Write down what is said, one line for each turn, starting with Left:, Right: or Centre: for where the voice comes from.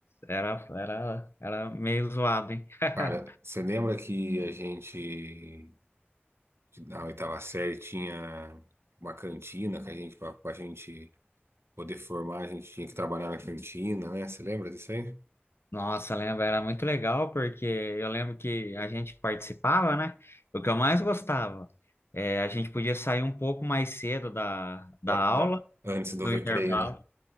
Left: era, era, era meio zoado, hein? <laughs>
Right: Cara, você lembra que a gente na oitava série tinha uma cantina que a gente para a gente poder formar, a gente tinha que trabalhar na cantina, né? Você lembra disso aí?
Left: Nossa, lembra era muito legal porque eu lembro que a gente participava, né? O que eu mais gostava é a gente podia sair um pouco mais cedo da, da
Right: Da,
Left: aula,
Right: da- antes do
Left: do
Right: recreio,
Left: intervalo,
Right: né?